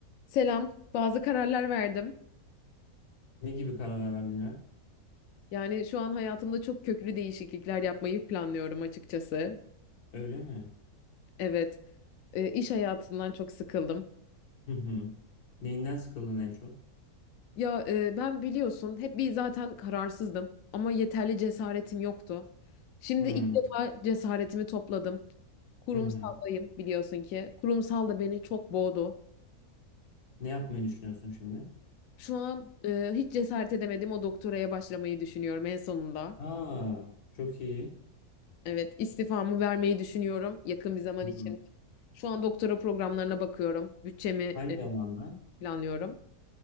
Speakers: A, on the left (about 70°); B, on the left (about 80°).
A: Selam. Bazı kararlar verdim.
B: Ne gibi kararlar verdin İrem?
A: Yani şu an hayatımda çok köklü değişiklikler yapmayı planlıyorum açıkçası.
B: Öyle mi?
A: Evet, e, iş hayatından çok sıkıldım.
B: Hı hı. Neyinden sıkıldın en çok?
A: Ya e, ben biliyorsun hep bir zaten kararsızdım ama yeterli cesaretim yoktu. Şimdi
B: Hı
A: ilk defa cesaretimi topladım. Kurumsaldayım
B: hı. hı.
A: biliyorsun ki. Kurumsal da beni çok boğdu.
B: Ne yapmayı düşünüyorsun şimdi?
A: Şu an e, hiç cesaret edemedim o doktoraya başlamayı düşünüyorum en sonunda.
B: Aa, çok iyi.
A: Evet, istifamı vermeyi düşünüyorum yakın bir zaman
B: Hı
A: içinde.
B: hı.
A: Şu an doktora programlarına bakıyorum. Bütçemi
B: Hangi
A: e,
B: alanda?
A: planlıyorum.